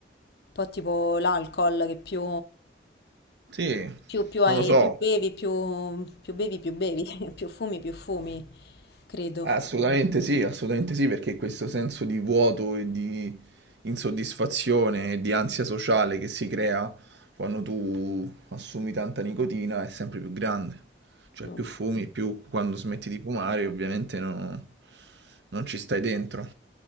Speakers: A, on the left (about 65°); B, on the right (about 80°).
A: un po' tipo l'alcol che più,
B: Sì,
A: più, più hai,
B: non lo so.
A: più bevi, più, più bevi, più bevi, <laughs> più fumi, più fumi, credo.
B: Assolutamente sì, assolutamente sì, perché questo senso di vuoto e di insoddisfazione e di ansia sociale che si crea quando tu assumi tanta nicotina è sempre più grande. Cioè
A: Mm.
B: più fumi, più quando smetti di fumare ovviamente no- non ci stai dentro.